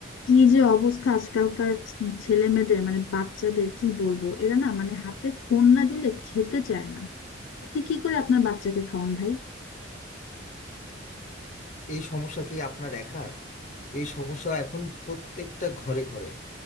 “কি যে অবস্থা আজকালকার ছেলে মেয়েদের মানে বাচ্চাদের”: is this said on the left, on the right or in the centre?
Left